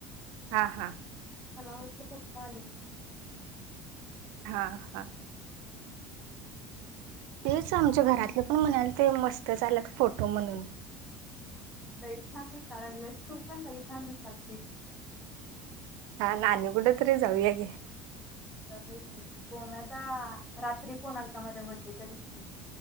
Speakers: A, on the right (about 65°); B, on the left (about 20°).
A: हा हा
B: मला वाटलं पप्पा आलवत काल
A: हा अहा तेच आमच्या घरातले पण म्हणाल ते मस्तच आलेत फोटो म्हणून
B: लई छान दिसाय लागलेस तू पण लई छान दिसालतीस
A: हा ना आणि कुठ तरी जाऊया की
B: <unintelligible> सोम्याचा रात्री फोन आलता माझ्या बड्डेच्या दिवशी